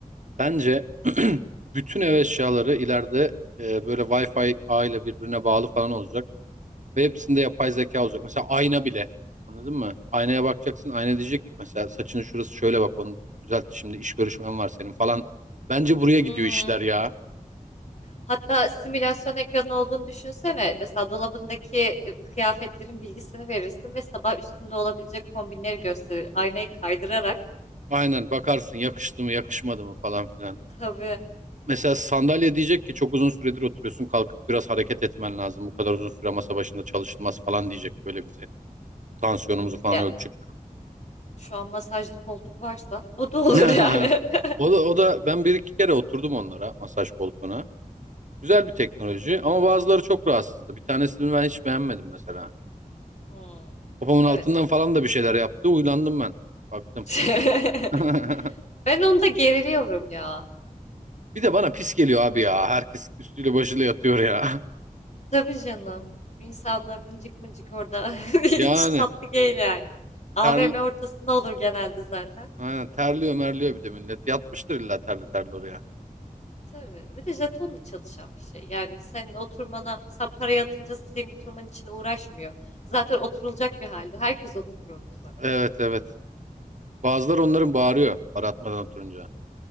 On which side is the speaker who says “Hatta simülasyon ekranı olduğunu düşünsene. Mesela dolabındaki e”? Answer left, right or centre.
Left